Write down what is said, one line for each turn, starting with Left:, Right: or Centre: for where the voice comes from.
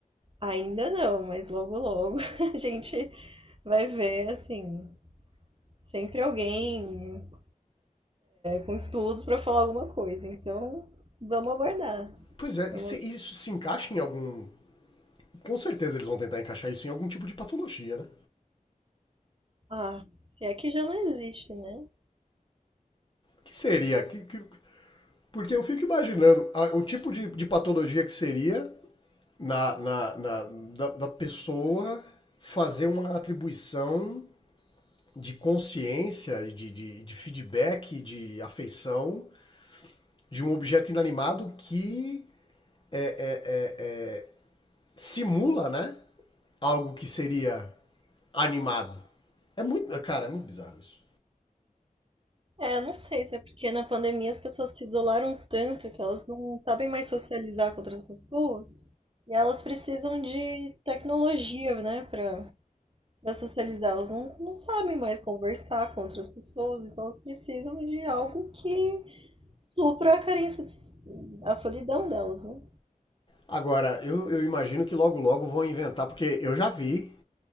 Right: Ainda não, mas logo logo <laughs> a gente vai ver, assim, sempre alguém. com estudos para falar alguma coisa. Então, vamos aguardar.
Left: Pois é,
Right: Vamos...
Left: e isso se encaixa em algum. Com certeza eles vão tentar encaixar isso em algum tipo de patologia, né?
Right: Ah, se é que já não existe, né?
Left: Que seria? Que, que, Porque eu fico imaginando a- o tipo de, de patologia que seria na, na- na- da, da pessoa fazer uma atribuição de consciência, de, de- de feedback, de afeição de um objeto inanimado que é- é- é- é, simula, né? Algo que seria animado. É muito, cara, é muito bizarro isso.
Right: É, eu não sei se é porque na pandemia as pessoas se isolaram tanto que elas não sabem mais socializar com outras pessoas e elas precisam de tecnologia, né, para para socializar. Elas não, não sabem mais conversar com outras pessoas, então elas precisam de algo que supra a carência, de- a solidão delas, né?
Left: Agora, eu, eu imagino que logo logo vão inventar, porque eu já vi